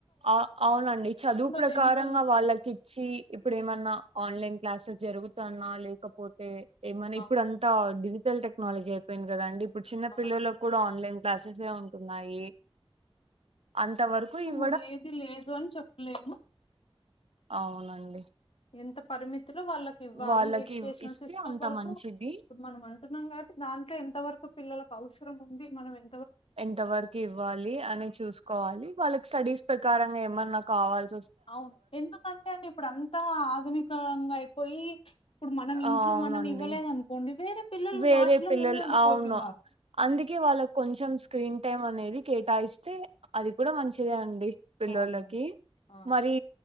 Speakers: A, on the right; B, on the left.
A: ఆ అవునండి చదువు ప్రకారంగా
B: వెనకల
A: వాళ్ళకి ఇచ్చి ఇప్పుడ ఏమన్నా ఆన్లైన్ క్లాసెస్ జరుగుతున్నా లేకపోతే ఏమన్నా
B: ఆ
A: ఇప్పుడు అంతా డిజిటల్ టెక్నాలజీ అయిపోయింది కదా అండి. ఇప్పుడు చిన్న
B: ఆ
A: పిల్లలకు కూడా
B: అదే.
A: ఆన్లైన్ క్లాసెస్ ఎ ఉంటున్నాయి అంత వరకు ఇన్
B: నువ్వు ఏది లేదు అని చెప్పలేము.
A: అవునండి
B: ఎంత పరిమితిలో వాళ్ళకి ఇవ్వాలి.
A: వాళ్ళకి
B: ఎడ్యుకేషనల్
A: ఇస్తే
B: సిస్టమ్
A: అంత
B: వరకు
A: మంచిది
B: ఇప్పుడు మనం అంటున్నాం కాట్టి దాంట్లో ఎంతవరకు పిల్లలకు అవసరం ఉంది. మనం ఎ
A: ఎంత వరకు ఇవ్వాలి అని చూసుకోవాలి. వాళ్ళకి స్టడీస్ ప్రకారంగా ఏమన్నా కావాల్
B: అవును ఎందుకంటే అని ఇప్పుడు అంతా ఆధునికంగా పోయి ఇప్పుడు మనం ఇంట్లో
A: అవునండి
B: మనం ఇవ్వలేద అనుకోండి వేరే పిల్లలు
A: వేరే
B: వాటిలో
A: పిల్లలు
B: ముందుండిపోతున్నారు.
A: అవును అందుకే వాళ్ళ కొంచెం స్క్రీన్ ఇన్ టైమ్ అనేది కేటాయిస్తే అది కూడా మంచిదే అండి పిల్లోలకి.
B: అవునవును. ఆ!
A: మరి